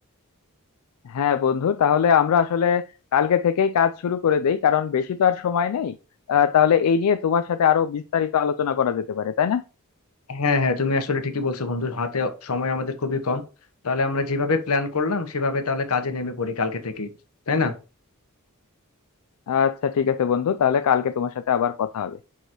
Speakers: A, on the left; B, on the left.
A: হ্যাঁ বন্ধু তাহলে আমরা আসলে কালকে থেকেই কাজ শুরু করে দেই কারণ বেশি তো আর সময় নেই আহ, তাহলে এই নিয়ে তোমার সাথে আরো বিস্তারিত আলোচনা করা যেতে পারে তাই না
B: হ্যাঁ হ্যাঁ তুমি আসলে ঠিকই বলছো বন্ধু হাতে সময় আমাদের খুবই কম তাহলে আমরা যেভাবে প্ল্যান করলাম সেভাবে তাহলে কাজে নেমে পড়ি কালকে থেকেই তাই না
A: আচ্ছা ঠিক আছে বন্ধু তাহলে কালকে তোমার সাথে আবার কথা হবে